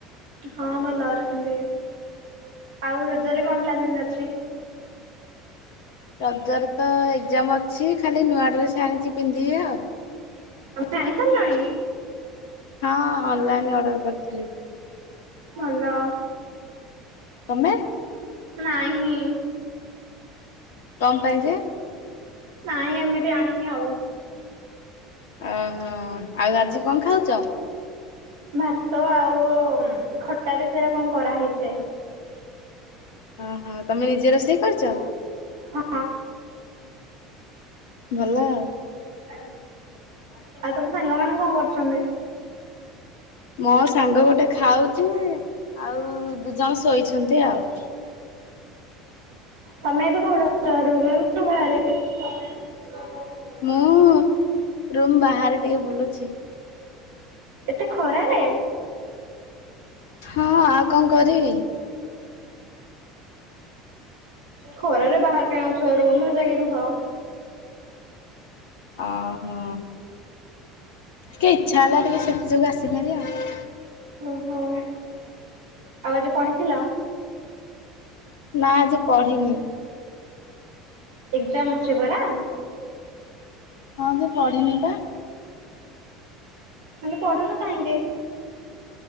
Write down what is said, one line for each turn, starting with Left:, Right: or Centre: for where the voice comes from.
Right: ହଁ ଭଲ ଅଛନ୍ତି। ଆଉ ରଜରେ କଣ ପ୍ଲାନିଂ ଅଛି?
Left: ରଜରେ ତ ଏକ୍ଜାମ୍ ଅଛି ଖାଲି ନୂଆ ଡ୍ରେସ୍ ଆଣିଚି ପିନ୍ଧିବି ଆଉ।
Right: ତମେ ଆଣି ସାରିଲଣି?
Left: ହଁ ଅନଲାଇନ୍ ଅର୍ଡ଼ର କରିଥିଲି।
Right: ଭଲ।
Left: ତମେ?
Right: ନାହିଁ।
Left: କଣ ପାଇଁ ଯେ?
Right: ନାଇଁ ଏମିତି ଆଣିନି ଆଉ।
Left: ଅହ ଆଉ ଆଜି କଣ ଖାଉଚ?
Right: ଭାତ ଆଉ ଉଁ ଖଟା ରେ ସେରା କଣ କରାହେଇଚି।
Left: ଅହ ତମେ ନିଜେ ରୋଷେଇ କରିଚ?
Right: ହଁ
Left: ଭଲ ଆଉ।
Right: ଆଉ ତମ ସାଙ୍ଗ ମାନେ କଣ କରୁଛନ୍ତି?
Left: ମୋ ସାଙ୍ଗ ଗୋଟେ ଖାଉଚି ଆଉ ଦି ଜଣ ଶୋଇଛନ୍ତି ଆଉ।
Right: ତମେ ଏବେ କୋଉଠି ଅଛ ରୁମ୍ ରେ ନା ବାହାରେ? <inaudible>
Left: ମୁଁ ରୁମ୍ ବାହାରେ ଟିକେ ବୁଲୁଚି।
Right: ଏତେ ଖରାରେ!
Left: ହଁ ଆଉ କଣ କରିବି।
Right: ଖରାରେ ବାହାରେ କାଇଁ ଅଛ ରୁମରେ ଯାଇକି ରୁହ।
Left: ଅହଁ ଟିକେ ଇଚ୍ଛା ହେଲା ଟିକେ ସେଥି ଯୋଗୁ ଆସିଲିଭାରି ଆଉ।
Right: ଓ ହଉ ଆଉ ଆଜି ପଢିଥିଲ?
Left: ନା ଆଜି ପଢିନି।
Right: ଏକ୍ଜାମ୍ ଅଛି ପରା?
Left: ହଁ ଯେ ପଢିନି ପା।
Right: ତାହେଲେ ପଢୁନୁ କାଇଁକି?